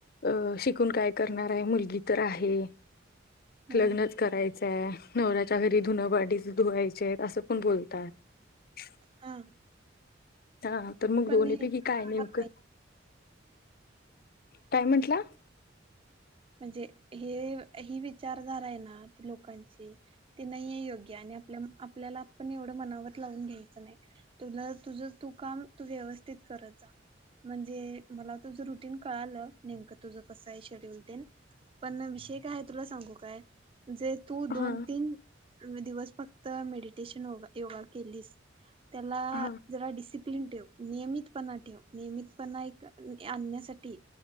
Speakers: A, on the left; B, on the right.
A: अ शिकून काय करणार आहे मुलगी तर आहे
B: हा
A: लग्नच करायचं नवरराात <unintelligible> च घरी धुं वाटीच धुवाय <unintelligible> <unintelligible> असं कोण बोलतात <inaudible>
B: हा
A: हा तर मग
B: पण
A: दोन्ही
B: हे
A: पैकी
B: बरोबर
A: काय हाय नेमकं
B: नाही
A: टायमंटला <unintelligible>
B: म्हणजे हे हि विचारधारा आहे ना लोकांची ती नाही आहे योग्य आणि आपल्या आपल्याला पण एवढं मनावत लावून घ्यायचं नाही तुला तुझ तू काम तू व्यवस्थित करत जा म्हणजे मला तुझ रुटीन कळालं नेमकं तुझं कसं आहे शेड्यूल पण विषय काय हाय तुला सांगू काय? जे तू दोन
A: हा
B: तीन दिवस फक्त मेडिटेशन -योगा केलीस त्याला
A: हा
B: जरा डिसिप्लन ठेव नियमित <unintelligible> णा ठेव नियमितपणा -आणण्यासाठी